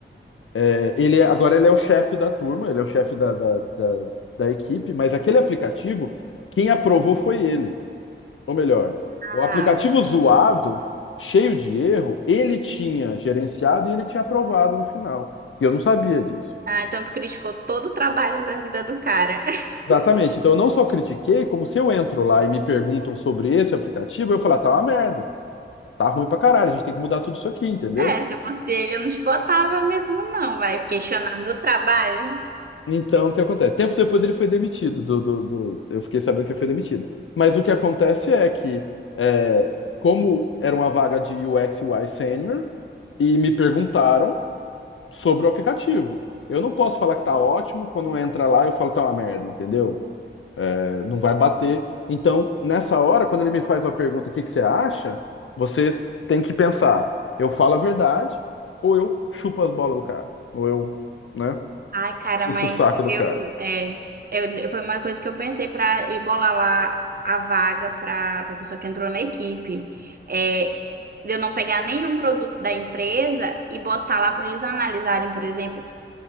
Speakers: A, on the left (about 90°); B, on the right (about 50°).
A: é, ele é- agora ele é o chefe da turma, ele é o chefe da, da, da da equipe, mas aquele aplicativo, quem aprovou foi ele. Ou melhor, o aplicativo
B: Ah,
A: zoado, cheio de erro, ele tinha gerenciado e ele tinha aprovado no final. E eu não sabia disso.
B: ah, então tu criticou todo o trabalho da vida do cara. <laughs>
A: Exatamente. Então eu não só critiquei, como se eu entro lá e me perguntam sobre esse aplicativo, eu falo: "Ah, tá uma merda, tá ruim pra caralho, a gente tem que mudar tudo isso aqui, entendeu?
B: É, se fosse ele, eu não te botava mesmo, não. Vai questionar meu trabalho.
A: Então, o que acontece? Tempos depois ele foi demitido do, do, do- Eu fiquei sabendo que ele foi demitido. Mas o que acontece é que, é, como era uma vaga de UX UI sênior, e me perguntaram, sobre o aplicativo. Eu não posso falar que tá ótimo, quando entra lá eu falo tá uma merda, entendeu? É, não vai bater. Então, nessa hora, quando ele me faz uma pergunta, o que que você acha? Você tem que pensar, eu falo a verdade ou eu chupo as bolas do cara? Ou eu, né,
B: Ai, cara,
A: puxo
B: mas
A: o saco do
B: eu,
A: cara?
B: é, eu, foi uma coisa que eu pensei pra ir bolar lá a vaga pra a pessoa que entrou na equipe. É, de eu não pegar nenhum produto da empresa e botar lá pra eles analisarem, por exemplo.